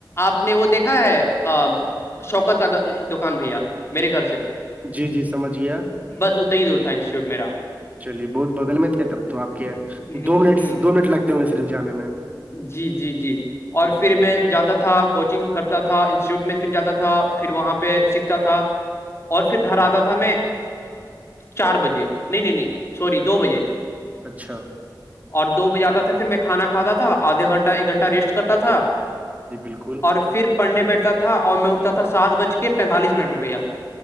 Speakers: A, on the left; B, on the right.
A: آپ نے وہ دیکھا ہے شوکت کا دکان بھیا میرے گھر سے
B: جی جی سمجھ گیا
A: بس اتنا ہی دور تھا انسٹیٹیوٹ میرا
B: چلیے بہت بغل میں تھے تب تو آپ کے
A: ہ
B: دو منٹ
A: ہ
B: دو منٹ لگتے ہو گے صرف جانے میں
A: جی جی جی اور
B: جی
A: پھر میں جاتا تھا کوچنگ کرتا تھا انسٹیٹیوٹ میں پھر جاتا تھا پھر وہاں پہ سیکھتا تھا اور پھر گھر
B: جی
A: آتا تھا میں چار بجے نہیں نہیں نہیں سوری دو بجے
B: اچھا
A: اور دو بجے آتا تھا پھر میں کھانا کھاتا تھا آدھا گھنٹہ ایک گھنٹہ ریسٹ کرتا تھا
B: جی بالکل
A: اور پھر پڑھنے بیٹھتا تھا اور میں اٹھتا تھا سات بج کے پینتالیس منٹ میں بھیا